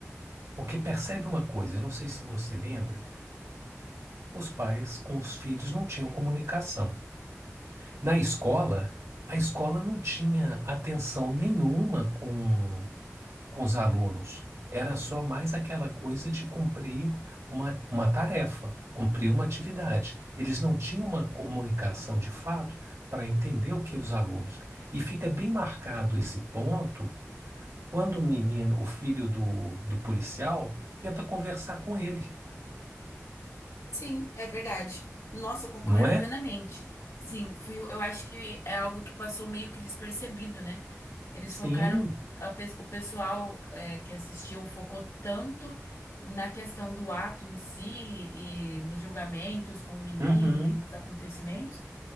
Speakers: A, on the right; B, on the left.
A: Porque percebe uma coisa, eu não sei se você lembra, os pais com os filhos não tinham comunicação. Na escola, a escola não tinha atenção nenhuma com com os alunos. Era só mais aquela coisa de cumprir uma, uma tarefa, cumprir uma atividade. Eles não tinham uma comunicação de fato para entender o que os alunos. E fica bem marcado esse ponto quando o menino, o filho do, do policial, tenta conversar com ele,
B: Sim, é verdade. Nossa, eu concordo
A: não é?
B: plenamente. Sim, fui, eu acho que é algo que passou meio que despercebido, né? Eles
A: Sim,
B: focaram, a pe- o pessoal é, que assistiu focou tanto na questão do ato em si e nos julgamentos com o menino
A: Uhum,
B: e nos acontecimentos.